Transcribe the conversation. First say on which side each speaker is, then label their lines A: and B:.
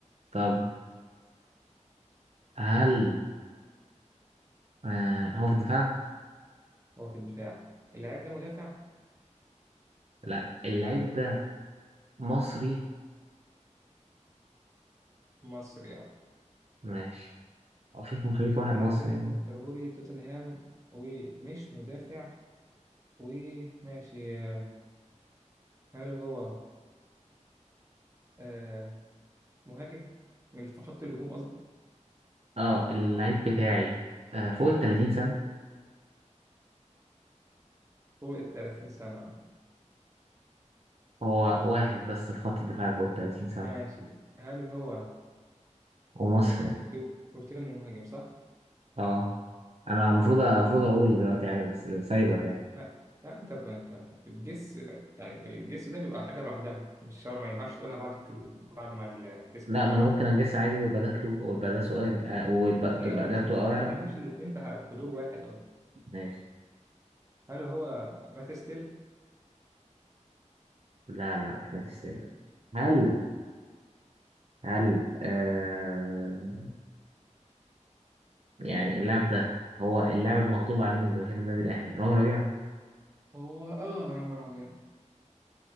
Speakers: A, on the right; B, on the right.
A: طب هل آه هو في الدفاع
B: هو في الدفاع اللاعب ده مدافع
A: لا اللعيب ده مصري
B: مصري اه
A: ماشي هو في 500
B: اللاعب
A: واحد مصري
B: اللي
A: يعني
B: انت مختاره لي توتنهام ومش مدافع وماشي آه، هل هو آه مهاجم من في خط الهجوم قصدي
A: اه اللعيب بتاعي آه فوق ال 30 سنة
B: فوق ال 30 سنة
A: هو واحد بس في خط الدفاع اللي فوق ال 30 سنة
B: ماشي هل هو هو
A: ومصري
B: مهاجم أنت قلت قلت لي إنه مهاجم صح؟
A: اه انا المفروض المفروض اقول دلوقتي عادي بس سايبك يعني
B: لا لا أنت ب- أنت ب- الجس يعني الجس ده بيبقى حاجة لوحدها مش شرط ما ينفعش تقولها بعد الكلو بعد ما ال- تسأل
A: لا ما انا ممكن اجس عادي ويبقى ده كلو ويبقى ده سؤال آه، ويبقى تبقى
B: أيوة ماشي
A: اجابته
B: بس
A: اه
B: ما
A: يا لا
B: بتعملش الاتنين في ح- في دور واحد قصدي
A: ماشي
B: هل هو مات ستيل؟
A: لا لا مش مادي السير هل هل آه يعني اللاعب ده هو اللاعب المغضوب عليه من جماهير النادي الاهلي رامي ربيعه
B: هو آه رامي ربيع